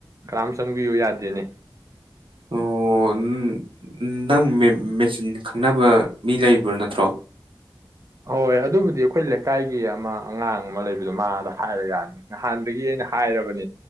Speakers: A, on the right (about 35°); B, on the right (about 75°).
A: ꯀꯅꯥꯝ ꯆꯪꯕꯤꯌꯨ ꯌꯥꯗꯦꯅꯦ
B: ꯑꯣ ꯎꯝ, ꯅꯪ ꯃꯦꯆꯤꯟ ꯈꯪꯅꯕ ꯃꯤ ꯂꯩꯕ꯭ꯔꯣ ꯅꯠꯇ꯭ꯔꯣ
A: ꯍꯣꯏ ꯑꯗꯨꯕꯨꯗꯤ ꯑꯩꯈꯣꯏ ꯂꯩꯀꯥꯏꯒꯤ ꯑꯃ ꯑꯉꯥꯡ ꯑꯃ ꯂꯩꯕꯗꯣ ꯃꯥꯗ ꯍꯥꯏꯔ ꯌꯥꯅꯤ ꯅꯍꯥꯟꯗꯒꯤ ꯑꯩꯅ ꯍꯥꯏꯔꯕꯅꯦ